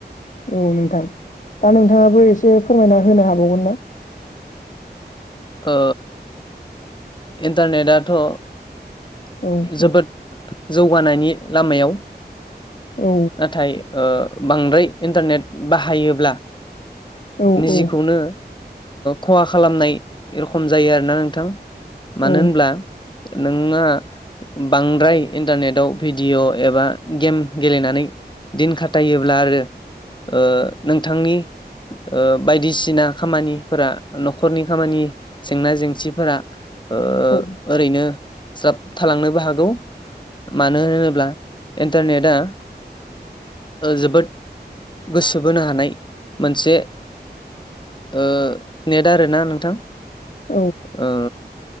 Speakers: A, on the left; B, on the left.
A: औ नोंथां । दा नोंथाङाबो एसे फोरमायना होनो हाबावगोन ना? <inaudible>
B: ओ इन्टारनेटआथ'
A: औ नोंथां
B: जोबोद जौगानायनि लामायाव
A: औ
B: नाथाय बांद्राय इन्टारनेट बाहायोब्ला
A: औ
B: निजेखौनो
A: औ
B: खहा खालामनाय ए रखम जायो आरोना नोंथां ।मानो
A: औ
B: होनब्ला नोंङो बांद्राय इन्टारनेटाव भिडिअ' एबा गेम गेलेनानै दिन खाथायोबब्ला आरो ओ नोंथांनि ओ बायदिसिना खामानिफोरा न'खरनि खामानि जेंना जेंसिफोरा ओ
A: औ
B: ओरैनो जाब थालांनोबो हागौ । मानो होनोब्ला इन्टारनेटआ जोबोद गोसो बोनो हानाय मोनसे ओ नेट आरोना नोंथां?
A: औ
B: ओ